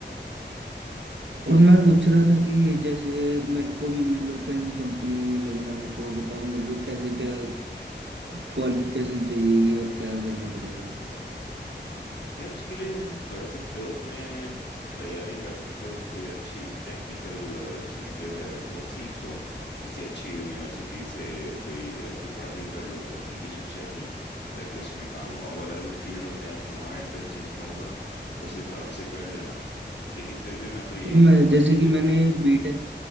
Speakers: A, on the right; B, on the left.
A: और मैं पूछ रहा था कि जैसे मेरे को भी मतलब कहीं कंपनी में लगना था तो बताओ मेरे को कैसे क्या क्वालिफिकेशन चाहिएगी और क्या करना पड़ेगा
B: यार उसके लिए हम कर सकते हो अपने तैयारी कर सकते हो कोई अच्छी टेक्निकल चीज जो है वो सीख लो किसी अच्छी यूनिवर्सिटी से कोई ऐसी पढ़ाई कर लो तकनीकी शिक्षा की ताकि उसमें काम हो अब अलग अलग फील्ड होते हैं अब तुम्हारा इंटरेस्ट जिसमें होगा उस हिसाब से कर लेना लेकिन फिर भी मैं तो यही
A: तो मैं
B: कहूंगा
A: जैसे
B: कि
A: कि
B: जब
A: मैंने
B: तक
A: बीटेक